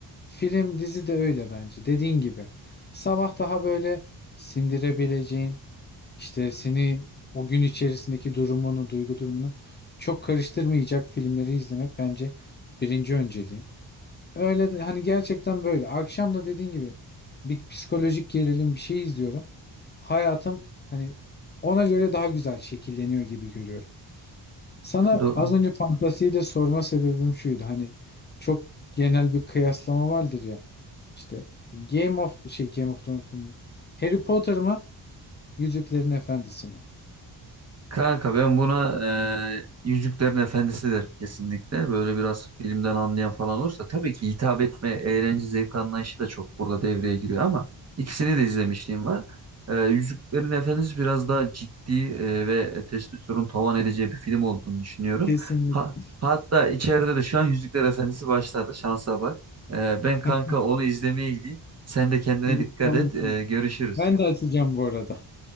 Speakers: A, on the left; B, on the right.
A: Film dizi de öyle bence. Dediğin gibi. Sabah daha böyle sindirebileceğin işte senin o gün içerisindeki durumunu, duygu durumunu çok karıştırmayacak filmleri izlemek bence birinci önceliğim. Öyle de hani gerçekten böyle. Akşam da dediğin gibi bir psikolojik gerilim bir şey izliyorum. Hayatım hani ona göre daha güzel şekilleniyor gibi görüyorum. Sana
B: Do-
A: az önce fantasiyi de sorma sebebim şuydu. Hani çok genel bir kıyaslama vardır ya. İşte Game of şey Game of Thrones mu? Harry Potter mı? Yüzüklerin Efendisi mi?
B: Kanka ben buna eee Yüzüklerin Efendisi derim kesinlikle. Böyle biraz filmden anlayan falan olursa tabii ki hitap etme, eğlence, zevk anlayışı da çok burada devreye giriyor ama ikisini de izlemişliğim var. Eee, Yüzüklerin Efendisi biraz daha ciddi eee, ve testosteron tavan edeceği bir film olduğunu düşünüyorum.
A: Kesinlikle.
B: Ha, hatta içeride de şu an Yüzükler Efendisi başladı. Şansa bak. Eee, ben kanka
A: Heh,
B: onu izlemeye gideyim. Sen de kendine
A: iyi,
B: dikkat
A: tamam.
B: et. Eee, görüşürüz.
A: Ben de açacağım bu arada.